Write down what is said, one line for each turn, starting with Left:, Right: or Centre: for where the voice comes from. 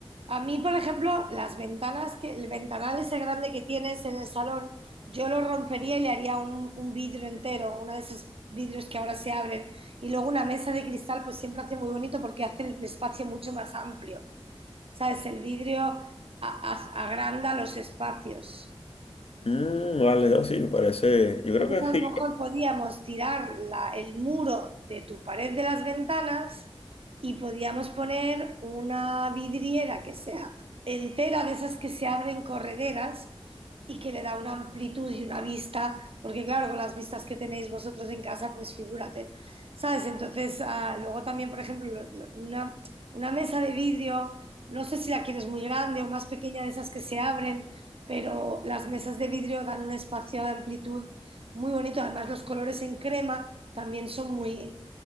Right: a mí, por ejemplo, las ventanas, que el ventanal ese grande que tienes en el salón, yo lo rompería y le haría un, un vidrio entero, uno de esos vidrios que ahora se abren. Y luego una mesa de cristal, pues siempre hace muy bonito porque hace el espacio mucho más amplio. ¿Sabes? El vidrio a- a- agranda los espacios.
Left: Mm, vale, no, sí, me parece, yo creo
Right: Entonces
Left: que
Right: a
Left: sí.
Right: lo mejor podíamos tirar la- el muro de tu pared de las ventanas y podíamos poner una vidriera que sea entera de esas que se abren correderas y que le da una amplitud y una vista, porque claro, con las vistas que tenéis vosotros en casa, pues figúrate, ¿sabes? Entonces, ah, luego también, por ejemplo, lo- lo- una, una mesa de vidrio, no sé si la quieres muy grande o más pequeña de esas que se abren, pero las mesas de vidrio dan un espacio de amplitud muy bonito. Además, los colores en crema también son muy,